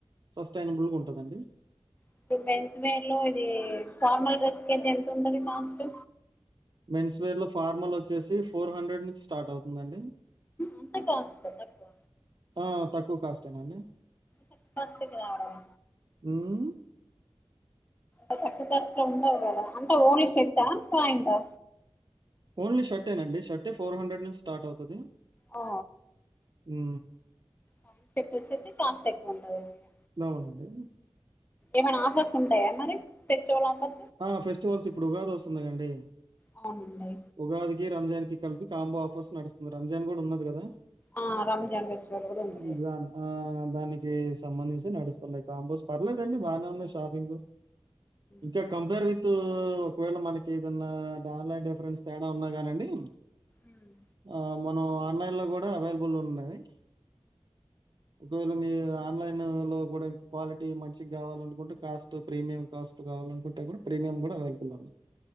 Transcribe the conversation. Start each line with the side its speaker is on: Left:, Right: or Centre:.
Right: సస్టైనబుల్గా ఉంటది అండి
Left: ఇప్పుడు మెన్స్ వేర్ లో ఇది ఫార్మల్ డ్రెస్ కు అయితే ఎంత ఉంటది కాస్ట్
Right: మెన్స్ వేర్ లో ఫార్మల్ వచ్చేసి ఫోర్ హండ్రెడ్ నుంచి స్టార్ట్ అవుతుందండి
Left: అంత కాస్ట్ తక్కువ
Right: ఆ తక్కువ కాస్టేనాండి
Left: తక్కు కాస్ట్ కి రావడం
Right: మ్మ్.
Left: అక్ తక్కువ కాస్ట్ లో ఉండవు కదా అంతా ఓన్లీ షర్ట్ ఆ పాయింట్ ఆ
Right: ఓన్లీ షర్ట్ ఏ నండి షట్ అంటే ఫోర్ హండ్రెడ్ నుంచి స్టార్ట్ అవుతది
Left: ఓ
Right: ఉ
Left: కాన్సెప్ట్ వచ్చేసి కాస్ట్ ఎక్కువ ఉంటంది అన్నయ్య
Right: అవునండి
Left: ఏమైనా ఆఫర్స్ ఉంటాయా మరి ఫెస్టివల్ ఆఫర్
Right: ఆ ఫెస్టివల్స్ ఇప్పుడు ఉగాది వస్తుంది కండి
Left: అవునండి
Right: ఉగాదికి రంజాన్ కి కలిపి కాంబో ఆఫర్స్ నడుస్తుంది రంజాన్ కూడా ఉన్నది కదా
Left: ఆ రంజాన్ ఫెస్టివల్ కూడా ఉంది
Right: రంజాన్ హ దానికి సంబంధించి నడుస్తున్నాయి కాంబోస్ పర్లేదండి బాగానే ఉన్నాయి షాపింగ్
Left: ఆ
Right: కే కంపేర్ విత్ ఒకవేళ మనకి ఏదన్నా డాలై డిఫరెన్స్ తేడా ఉన్నా కానండి
Left: మ్మ్.
Right: ఆ మనం ఆన్లైన్ లో కూడా అవైలబుల్ ఉన్నది ఒకవేళ మీ ఆన్లైన్ లో కూడా ఇంకా క్వాలిటీ మంచిగా కావాలనుకుంటే కాస్ట్ ప్రీమియం కాస్ట్ కావాలన్ కుడితే కూడా ప్రీమియం కూడా అవైలబుల్ లో ఉంది